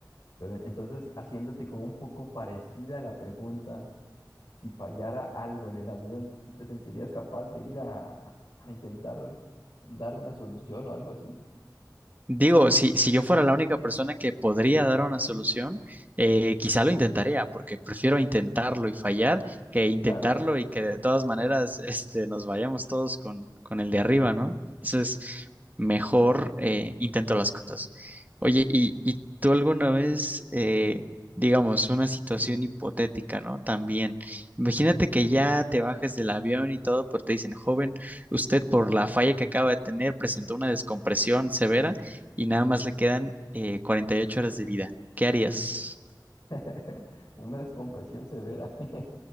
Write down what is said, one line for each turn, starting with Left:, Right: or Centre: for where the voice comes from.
Left: pero entonces haciéndote como un poco parecida la pregunta. si fallara algo en el avión, ¿tú te sentirías capaz de ir a, a- a intentar dar una solución o algo así?
Right: Digo, si, si yo fuera la única persona que podría dar una solución, eh, quizá lo intentaría, porque prefiero intentarlo y fallar que intentarlo
Left: Claro,
Right: y que de todas maneras este, nos vayamos todos con, con el de arriba, ¿no? Entonces, mejor eh, intento las cosas. Oye, ¿y, y tú alguna vez, eh, digamos, una situación hipotética, ¿no? También, imagínate que ya te bajes del avión y todo, pero te dicen, joven, usted por la falla que acaba de tener presentó una descompresión severa y nada más le quedan eh, 48 horas de vida. ¿Qué harías?
Left: <laughs> una descompresión severa. <laughs>